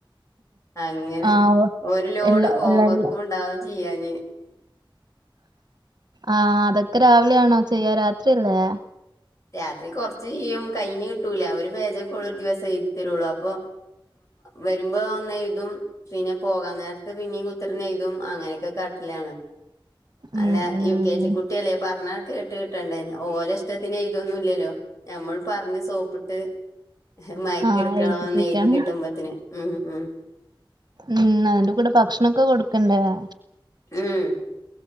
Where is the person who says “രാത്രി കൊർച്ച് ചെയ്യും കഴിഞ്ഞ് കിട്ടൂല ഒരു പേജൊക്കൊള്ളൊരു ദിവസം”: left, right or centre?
Left